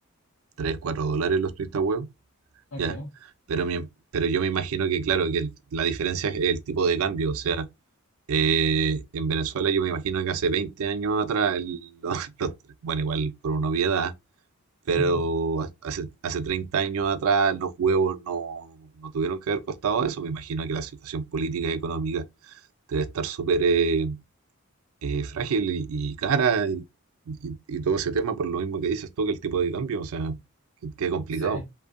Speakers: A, on the right; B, on the left.
A: 3, 4 dólares los 30 huevos,
B: Okay.
A: ¿ya? Pero, mi- pero yo me imagino que, claro, que el- la diferencia es el tipo de cambio. O sea, eh, en Venezuela yo me imagino que hace 20 años atrás, el- <laughs> los- los- bueno, igual por una obviedad, pero
B: <laughs>
A: hace, hace 30 años atrás los huevos no, no tuvieron que haber costado eso. Me imagino que la situación política y económica debe estar súper eh, eh, frágil y, y cara y, y- y todo ese tema por lo mismo que dices tú que el tipo de cambio, o sea, qué, qué complicado.
B: Sí,